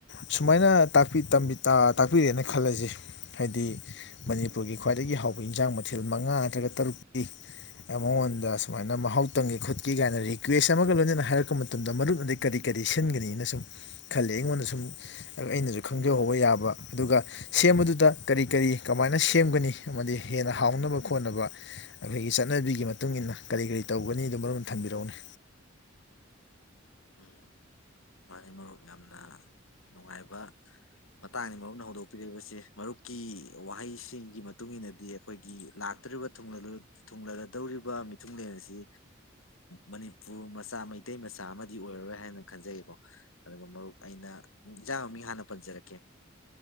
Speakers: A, on the left; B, on the left.
A: ꯁꯨꯃꯥꯏꯅꯄꯤ ꯇꯥꯛꯄꯤꯔꯛꯦꯅ ꯈꯜꯂꯁꯦ ꯍꯥꯏꯗꯤ ꯃꯅꯤꯄꯨꯔꯒꯤ ꯈ꯭ꯋꯥꯏꯗꯒꯤ ꯍꯥꯎꯕ ꯏꯟꯖꯥꯡ ꯃꯊꯦꯜ ꯃꯉꯥ ꯅꯠꯇ꯭ꯔꯒ ꯇꯔꯨꯛꯀꯤ ꯃꯉꯣꯟꯗ ꯁꯨꯃꯥꯏꯅ ꯃꯍꯥꯎ ꯇꯪꯒꯦ ꯈꯣꯠꯀꯦ ꯀꯥꯏꯅ ꯔꯤꯀ꯭ꯋꯦꯁ ꯑꯃꯒ ꯂꯣꯏꯅꯅ ꯍꯥꯏꯔꯛꯄ ꯃꯇꯝꯗ ꯃꯔꯨꯞꯅꯗꯤꯩ ꯀꯔꯤ ꯀꯔꯤ ꯁꯤꯟꯒꯅꯤꯅ ꯁꯨꯝ ꯈꯜꯜꯂꯤꯦ ꯑꯩꯉꯣꯟꯗꯁꯨ ꯑꯩꯅꯁꯨ ꯈꯪꯖꯍꯧꯕ
B: ꯃꯔꯨꯞ
A: ꯌꯥꯕ ꯑꯗꯨꯒ ꯁꯦꯝꯕꯗꯨꯗ ꯀꯔꯤ ꯀꯔꯤ ꯀꯃꯥꯏꯅ ꯁꯦꯝꯒꯅꯤ ꯑꯃꯗꯤ ꯍꯦꯟꯅ ꯍꯥꯎꯅꯕ ꯈꯣꯠꯅꯕ ꯑꯩꯈꯣꯏꯒꯤ ꯆꯠꯅꯕꯤꯒꯤ ꯃꯇꯨꯡ ꯏ ꯃꯇꯨꯡꯏꯟꯅ ꯀꯔꯤ ꯀꯔꯤ ꯇꯧꯒꯅꯤ ꯑꯗꯨ ꯃꯔꯅ ꯊꯝꯕꯤꯔꯛꯎꯅꯤ
B: ꯎꯝ ꯃꯥꯅꯤ ꯃꯔꯨꯞ ꯌꯥꯝꯅ ꯅꯨꯡꯉꯥꯏꯕ ꯃꯇꯥꯡꯅꯤ ꯃꯔꯨꯞꯅ ꯍꯧꯗꯣꯛꯄꯤꯔꯛꯏꯕꯁꯦ ꯃꯔꯨꯞꯀꯤ ꯋꯥꯍꯩꯁꯤꯡꯒꯤ ꯃꯇꯨꯡ ꯏꯟꯅꯗꯤ ꯑꯩꯈꯣꯏꯒꯤ ꯂꯥꯛꯇꯧꯔꯤꯕ ꯊꯨꯡꯂꯒꯗꯧꯔꯤꯕ ꯃꯤꯊꯨꯡꯂꯦꯟ ꯑꯁꯤ ꯃꯅꯤꯄꯨꯔ ꯃꯆꯥ ꯃꯩꯇꯩ ꯃꯆꯥ ꯑꯃꯗꯤ ꯑꯣꯏꯔꯔꯣꯏ ꯍꯥꯏꯅ ꯈꯟꯖꯒꯀꯣ ꯑꯗꯨꯒ ꯃꯔꯨꯞ ꯑꯩꯅ ꯌꯦꯟꯖꯥꯡ ꯃꯃꯤꯡ ꯍꯥꯟꯅ ꯄꯟꯖꯔꯛꯀꯦ